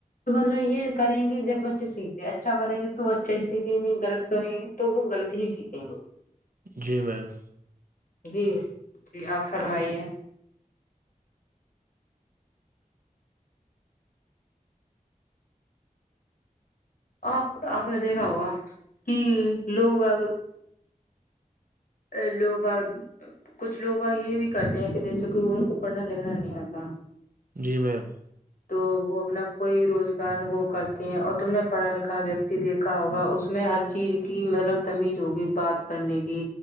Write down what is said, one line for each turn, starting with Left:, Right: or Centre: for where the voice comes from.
Left: تو مطلب یہ کریں گے جب بچے سیکھتے ہے اچھا کریں گے تو وہ اچھا ہی سیکھیں گے غلط کریں گے تو وہ غلط ہی سیکھیں گے
Right: جی میم
Left: جی جی آپ فرمائیے آپ آپ نے دیکھا ہوگا کہ لوگ بغ ا لوگا کچھ لوگ یہ بھی کرتے ہیں کہ جیسے کہ ان کو پڑھنا لکھنا نہیں آتا
Right: جی میم
Left: تو وہ اپنا کوئی روزگار وہ کرتے ہیں اور تم نے پڑھا لکھا ویکتی دیکھ کا ہوگا اس میں ہر چیز کی مطلب تمیز ہوگی بات کرنے کی